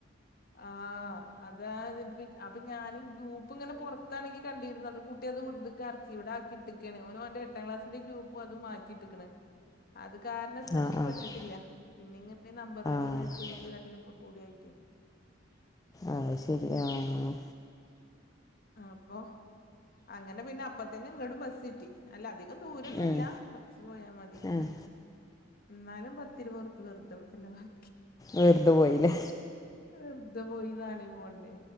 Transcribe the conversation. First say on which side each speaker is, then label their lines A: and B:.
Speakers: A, on the left; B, on the left.
A: ആഹ് അതായത് ഇപക് അപ്പൊ ഞാൻ ഈ ഗ്രൂപ്പ് ഇങ്ങനെ പുറത്താണ് കണ്ടിരുന്നത് കുട്ടി അത് ഉള്ളിക്കാക്കി ഇവിടെ ആക്കിട്ട് ട്ട്ക്കാണ് ഓന് ഓന്റെ എട്ടാം ക്ലാസ്സിന്റെ ഗ്രൂപ്പും അതു മാറ്റി ഇട്ട്ക്ക്ണ് അത് കാരണം ശ്രദ്ധീപ്പെട്ട്ട്ടില്യ
B: ആഹ് ആഹ്
A: പിന്നെ ഇങ്ങനെ നമ്പറേള്ല്
B: ആഹ്
A: മെസ്സേജ് ആ വരലോക്കെ കൂടിയായിട്ട്
B: ആഹ് ശരി ആഹ്
A: അപ്പൊ അങ്ങനെ പിന്നെ അപ്പത്തന്നെ ഇങ്ങടും ബസ്സ്ട്ടി അല്ല അധികം ദൂരൊന്നു
B: ഉം
A: ഇല്ല കുറച്ച് പോയാ മതി
B: ആഹ്
A: ഉം എന്നാലും പ പത്തിരുവത് ഉർപ്യ വെറ്തെ ചെലവായി
B: വെറ്തെ പോയിലേ
A: വെറ്തെ പോയി നാളിംപോണ്ടേ